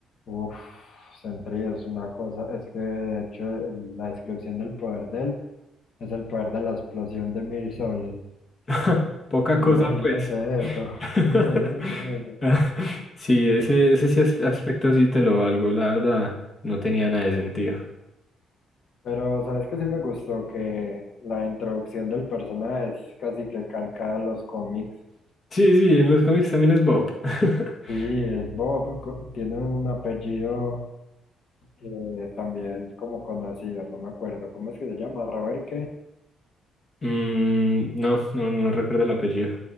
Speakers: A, on the left; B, on the left.
A: Uf, Sentry es una cosa, es que de hecho el- la descripción del poder de él es el poder de la explosión de mil soles.
B: <laughs> Poca cosa,
A: Imagínese
B: pues.
A: eso, <laughs>
B: <laughs>
A: imagínese eso.
B: Sí, ese, ese sí as- aspecto sí te lo valgo, la verdad. No tenía nada de sentido.
A: Pero, ¿sabes qué sí me gustó? Que la introducción del personaje es casi que calcada a los cómics.
B: Sí, sí, en los cómics también es Bob. <laughs>
A: Sí, es Bob, co- tiene un apellido eh, también como conocido, no me acuerdo. ¿Cómo es que se llama? ¿Robert qué?
B: Mm, no, no, no recuerdo el apellido.